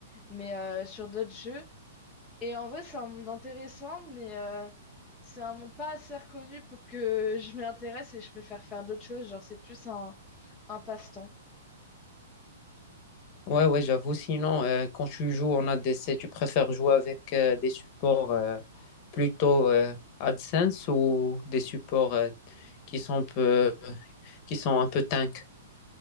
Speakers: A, in the centre; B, on the left (about 25°).
A: mais euh, sur d'autres jeux. Et en vrai, c'est un monde intéressant, mais euh, c'est un monde pas assez reconnu pour que je m'y intéresse et je préfère faire d'autres choses. Genre, c'est plus un, un passe-temps.
B: Ouais, ouais, j'avoue. Sinon, euh, quand tu joues en ADC, tu préfères jouer avec euh, des supports euh, plutôt euh, AdSense ou des supports euh, qui sont un peu, qui sont un peu tank?